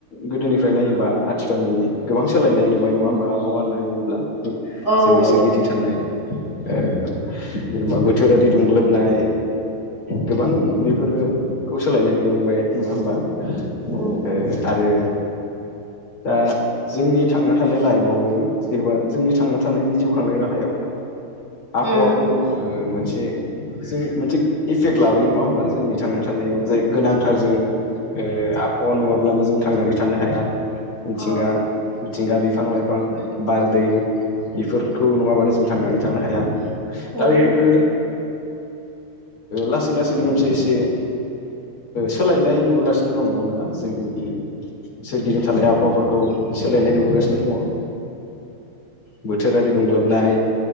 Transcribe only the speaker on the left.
गोदोनिफ्राय नायोबा आथिखालनि नि गोबां सोलायनाय नुबाय नङा होमबा आबहावा होननानै बुङोब्ला <unintelligible>
जोंनि सोरगिदिं थानाय ओम जेनेबा बोथोरारि दुंग्लोबनाय गोबां बेफोरो खौ सोलायनाय नुनो मोनबाय नङा होमबा
ओ आरो दा जोंनि थांना थानाय लाइफआवबो जेनेबा जोंनि थांना थानायनि जिउ खांनाय राहायाव <unintelligible> मोनसे
जों मोनसे इफेक्ट लाबोयो नङा होमबा जोंनि थांना थानायाव जाय गोनांथार जों आबहावा नङाब्लानो जों थांनानै थानो हाया। मिथिंगा
मिथिंगा बिफां लाइफां बारदै बेफोरखौ नङाबानो जों थांनानै थानो हाया
दा बेफोरो लासै लासैनो मोनसे एसे सोलायनाय नुबोगासिनो दं नङा होमबा जोंनि सोरगिदिं थानाय आबहावाफोरखौ सोलायनाय नुबोगासिनो दङ। बोथोरारि दुंग्लोबनाय